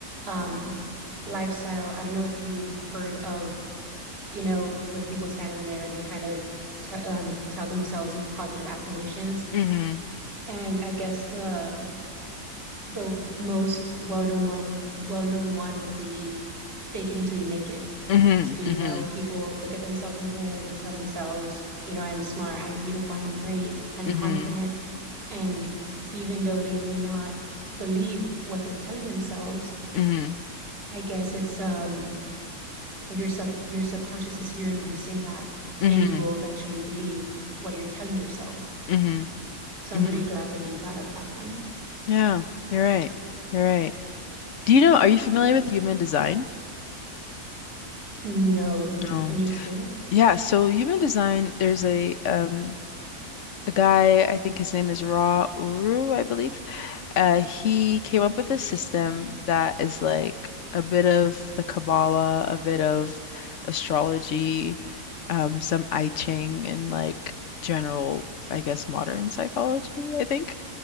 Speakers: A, on the right; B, on the left.
A: um lifestyle. I don't know if you've heard of, you know, when people stand in the mirror and they kind of t um, tell themselves these positive affirmations.
B: hmm
A: And I guess the the most well-known one, well-known one would be fake it until you make it.
B: hmm
A: So, you
B: hmm
A: know, people look at themselves in the mirror and they tell themselves, you know, I'm smart, I'm beautiful, I'm brave, I'm
B: hmm
A: confident, and even though they may not believe what they're telling themselves,
B: hmm
A: I guess it's um your sub your subconscious is hearing you say that
B: hmm
A: and you will eventually believe what you're telling yourself.
B: hmm
A: So
B: hmm
A: I'm really glad that you brought up that point.
B: Yeah, you're right. You're right. Do you know, are you familiar with human design?
A: No,
B: Um,
A: can you explain it?
B: yeah, so human design, there's a um a guy, I think his name is Ra Uru, I believe. Uh, he came up with a system that is like a bit of the Kabbalah, a bit of astrology, um, some I Ching, and like general, I guess, modern psychology, I think.